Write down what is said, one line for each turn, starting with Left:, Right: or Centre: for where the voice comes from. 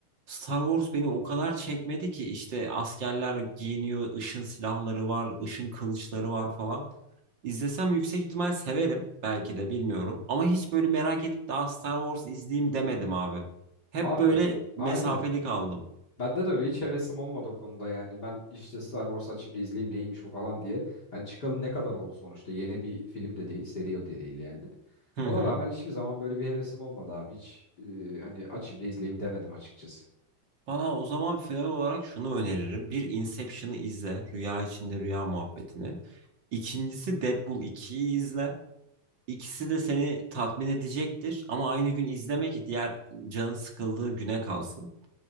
Right: Star Wars beni o kadar çekmedi ki işte askerler giyiniyor, ışın silahları var, ışın kılıçları var falan. İzlesem yüksek ihtimal severim belki de bilmiyorum. Ama hiç böyle merak edip daha Star Wars izleyeyim demedim abi. Hep
Left: Abi
Right: böyle mesafeli
Left: aynen.
Right: kaldım.
Left: Bende de öyle hiç hevesim olmadı o konuda yani. Ben işte Star Wars açayım da izleyeyim neymiş bu falan diye. Hani çıkalı ne kadar oldu sonuçta. Yeni bir film de değil, seri o de değil yani.
Right: Hı
Left: Ona
Right: hı.
Left: rağmen hiçbir zaman böyle bir hevesim olmadı abi. Hiç e, hani açayım da izleyeyim demedim açıkçası.
Right: Bana o zaman final olarak şunu öneririm. Bir Inception'ı izle. Rüya içinde rüya muhabbetini. İkincisi Deadpool ikiyi izle. İkisi de seni tatmin edecektir. Ama aynı gün izleme ki diğer canın sıkıldığı güne kalsın.